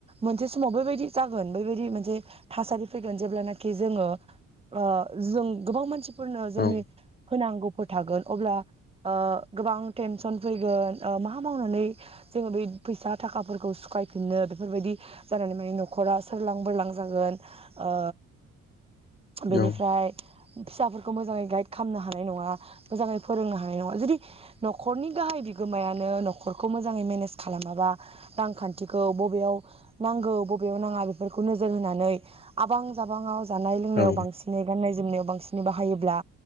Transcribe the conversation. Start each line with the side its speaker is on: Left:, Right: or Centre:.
Right: मोनसे समाव बेबायदि जागोन बेबायदि मोनसे थासारि फैगोन जेब्लानाखि जोङो ओ जों गोबां मानसि फोरनो जोंनि
Left: औ
Right: होनांगौ थागोन अब्ला गोबां ओ टेनसन फैगोन मा मावनानै जोङो बै फैसा थाखाफोरखौ सुख'फिननो बेफोरबायदि जानानै माने न'खरा सोरलां बोरलां जागोन। ओ बेनिफ्राय
Left: औ
Right: फिसाफोरखौ मोजाङै गाइद खालामनो हानाय नङा मोजाङै फोरोंनो हानाय नङा जुदि न'खरनि गाहाय बिगोमायानो न'खरखौ मोजाङै मेनेज खालामाबा रांखान्थिखौ बबेयाव नांगौ बबेयाव नाङा बेफोरखौ नोजोर होनानै आबां जाबाङाव जानाय-लोंनायाव
Left: औ
Right: बांसिनै गाननाय जोमनायाव बांसिनै बायोब्ला